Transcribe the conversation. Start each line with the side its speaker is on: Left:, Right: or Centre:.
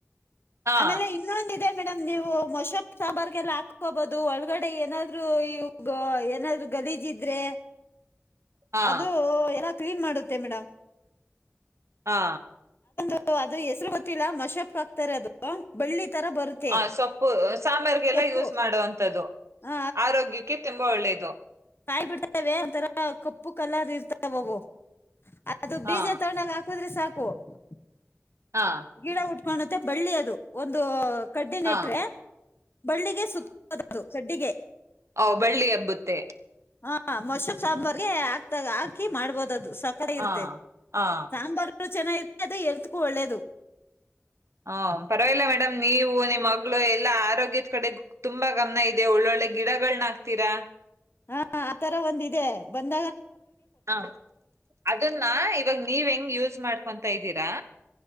Right: ಹಾ
Left: ಆಮೇಲೆ ಇನ್ನೊಂದಿದೆ ಮೇಡಮ್ ನೀವು ಮಶಪ್ ಸಾಂಬಾರ್ಗೆಲ್ಲ ಹಾಕೋಬಹುದು ಒಳಗಡೆ ಏನಾದ್ರು ಇ ಏನಾದ್ರು ಗಲೀಜಿದ್ರೆ
Right: ಹಾ
Left: ಅದು ಎನ ಕ್ಲೀನ್ ಮಾಡುತ್ತೆ ಮೇಡಮ್
Right: ಹಾ
Left: ಸೊ ಅದು ಹೆಸ್ರು ಗೊತ್ತಿಲ್ಲ ಮಶಪ್ ಹಕ್ತಾರೆ ಅದು ಬಳ್ಳಿ ತರ ಬರುತ್ತೆ
Right: ಹ ಸೊಪ್ಪು ಸಾಂಬಾರ್ರಿಗೆಲ್ಲ
Left: ಸೊಪ್ಪು
Right: ಯೂಸ್ ಮಾಡುವಂತದ್ದು
Left: ಆ,
Right: ಆರೋಗ್ಯಕ್ಕೆ ತುಂಬಾ ಒಳ್ಳೆದು
Left: ಕಾಯ್ ಬಿಡ್ತವೆ ಒಂತರ ಕಪ್ಪು ಕಲ್ಲರ್ ಅ ಇರ್ತವ್ ಅವು ಅದು
Right: ಹಾ
Left: ಬೀಜ ತಗೊಂಡ್ಗ ಹಾಕಿದ್ರೆ ಸಾಕು ಪ್ಪು
Right: ಹಾ
Left: ಗಿಡ ಹುಟ್ಟಿ ುತ್ತೆ ಬಳ್ಳಿ ಅದು ಒಂದು ಕಡ್ಡಿ ನೆಟ್ರೆ
Right: ಹಾ
Left: ಬಳ್ಳಿಗೆ ಸುತ್ತ ಸಡ್ಡಿಗೆ
Right: ಓ್ ಬಳ್ಳಿ ಹಬ್ಬುತ್ತೆ
Left: ಹಾ ಮೊಷಪ್ ಸಾಂಬಾರ್ಿಗೆ ಹಾಕ್ತ ಹಾಕಿ ಮಾಡ್ಬೋದ ಅದು ಸಕ್ಕಡೆ ಇರುತ್ತೆ
Right: ಹಾ ಹಾ
Left: ಸಾಂಬಾರರು ಚೆನ್ನಾಗಿ ಅದು ಎಲ್ತ್ಕೂ ಒಳ್ಳೇದು
Right: ಹ ಪರವಾಗಿಲ್ಲ ಮೇಡಮ್ ನೀವು ನಿಮ್ಮ್ ಮಗಳು ಎಲ್ಲಾ ಆರೋಗ್ಯ ಕಡೆ ತುಂಬಾ ಗಮನ ಆದೆ ದೆ ಒಳ್ಳೊಳ್ಳೆ ಗಿಡಗಳನ ಹಾಕ್ತೀರಾ
Left: ಹಾ ಆತರ ಒಂದ ಇಿದೆ ಬಂದ
Right: ಹ ಅದನ್ನ ಇವಾಗ ನೀವ ಹೆಂಗ ಯ ಮಾಡ್ಕೊಂತಾ ಇದ್ದೀರಾ